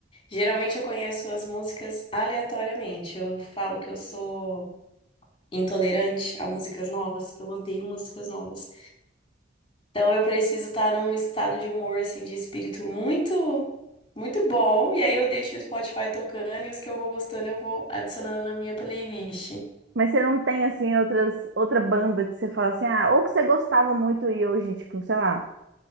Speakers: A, on the left; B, on the right.
A: Geralmente eu conheço as músicas aleatoriamente. Eu falo que eu sou intolerante a músicas novas. Eu odeio músicas novas. Então eu preciso estar num estado de humor assim de espírito muito muito bom e aí eu deixo o Spotify tocando e os que eu vou gostando eu vou adicionando na minha playlist.
B: Mas você não tem, assim, outras, outra banda que você fala assim, ah, ou que você gostava muito e hoje, tipo, sei lá.